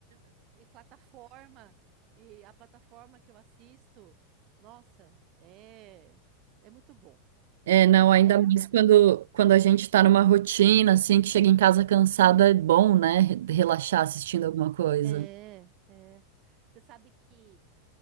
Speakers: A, on the right (about 35°); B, on the right (about 80°).
A: E plataforma, e a plataforma que eu assisto, nossa, é, é muito bom.
B: É, não,
A: E
B: ainda
A: é,
B: mais quando, quando a gente tá numa rotina, assim, que chega em casa cansado, é bom, né? re- Relaxar assistindo alguma coisa.
A: é, é. Você sabe que